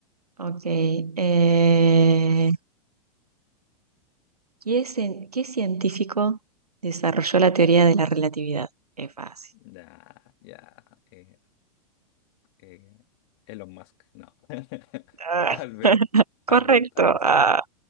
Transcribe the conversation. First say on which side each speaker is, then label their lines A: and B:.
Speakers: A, on the right (about 80°); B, on the left (about 45°).
A: Ok. eh, ¿qué, cien- qué científico desarrolló la teoría de la relatividad? Es fácil.
B: Ya, ya. eh, eh, Elon Musk, no. <laughs>
A: Ah,
B: Albert,
A: <laughs>
B: Albert
A: correcto.
B: Einstein,
A: Ah,